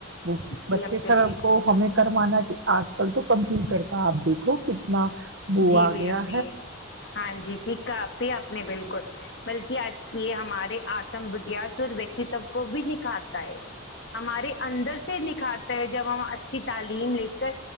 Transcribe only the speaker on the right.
وہ
بچے
کا
کو ہمیں کروانا جی آج کل تو کمپیوٹر کا آپ دیکھ کوک <unintelligible> نہ بوا
<unintelligible>